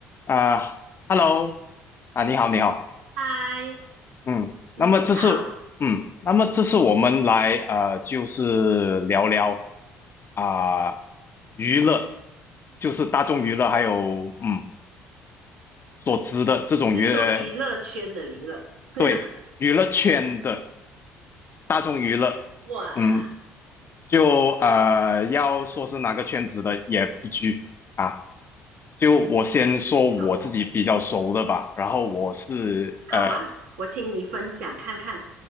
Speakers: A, on the left; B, on the right.
A: 啊，Hello，啊，你好，你好，
B: 嗨，
A: 嗯，
B: 嗯你好，
A: 那么这是，嗯，那么这是我们来，呃，就是聊聊啊，娱乐，就是大众娱乐，还有嗯，所知的这种娱乐，
B: 你是说娱乐圈的娱乐？<laughs>
A: 对，娱乐圈的大众娱乐，
B: 哇，
A: 嗯，就呃，要说是哪个圈子的也不拘啊。就我先说我自己比较熟的吧，
B: 好哦，
A: 然后我是呃
B: 好啊，我听你分享看看。